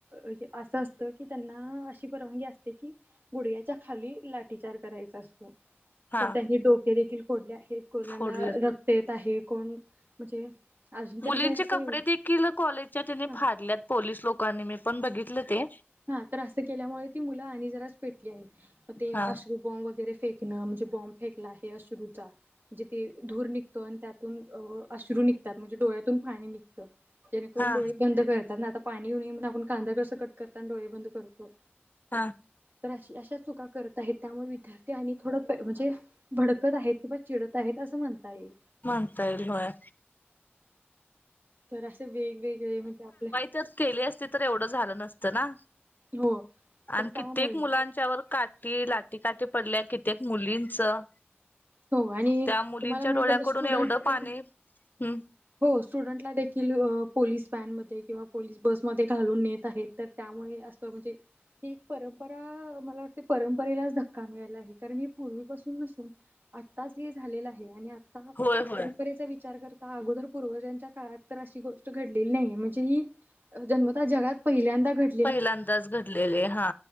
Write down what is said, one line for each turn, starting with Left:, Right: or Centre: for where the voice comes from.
Right: हे असं असत की, त्यांना अशी परवानगी असते की, गुडग्याच्या खाली लाट विचार करायचा असतो.
Left: हा
Right: तर त्यांनी डोके देखील फोडले आहे. कोणात
Left: फोडलेत
Right: रक क्त येत आहे. कोण म्हणजे अजून तरी
Left: मुलींचे
Right: काय असं
Left: कपडे
Right: एवढं
Left: देखील कॉलेजच्या त्यांने
Right: हा
Left: फाडल्यात पोलीस लोकांनी मी पण बघितलं ते
Right: हा तर असं केल्यामुळे ती मुलं आणि जराच पेटली आहेत. म ते
Left: हा
Right: अश्रू बॉम्ब वगैरे फेकणं, म्हणजे बॉमब फेकला आहे अश्रू चा म्हणजे ते धूर निघतो. आणि त्यातून अ अश्रू निघतात. म्हणजे डोळ्यातून पाणी निगतं. जेणेकरून
Left: हा
Right: डोळे बंद करतात ना, आता पाणी येऊ नये म्हणून आपण कांदा कसं कट करतांना डोळे बंद कर तो
Left: हा
Right: तर अशी अशा चुका करत आहेत. त्यामुळ विद्यार्थी आणि थोड पे म्हणजे भडकत आहेत. किंवा चिडत आहेत. असं म्हणता येईल.
Left: म्हणता येईल होय.
Right: तर असे वेगवेगळे म्हणजे आपल्या
Left: त्यात केले असत तर एवढं झालं नसतं ना
Right: हो तर
Left: आणि
Right: त्यामुळे
Left: कित्येक मुलांच्यावर
Right: तर
Left: काट टी लाटी काठी पडल्या. कित्येक मुलींचं
Right: हो आणि
Left: त्या मुलींच्या
Right: तुम्हाला माहित
Left: डोळ्याकडून
Right: असेल स्टुडंट
Left: एवढं पाणी हम्म
Right: हो स्टुडंटला देखील अ पोलीस व्हॅनमध्ये किंवा पोलीस बस मध्ये घालून नेत आहेत. तर त्यामुळे असं म्हणजे ही एक परंपरा मला वाटते परंपरेलाच धक्का मिळायला आहे. कारण हे पूर्वीपासून नसून आत्ताच हे झालेलं आहे. आणि आता
Left: होय होय
Right: परंपरेचा विचार कर ता अगोदर पूर्वजांच्या काळात तर अशी गोष्ट घडलेली नाहीेये. म्हणजे ही अ जन्मता जगात पहिल्यांदा घड
Left: पहिल्यांदाच घडलेले हा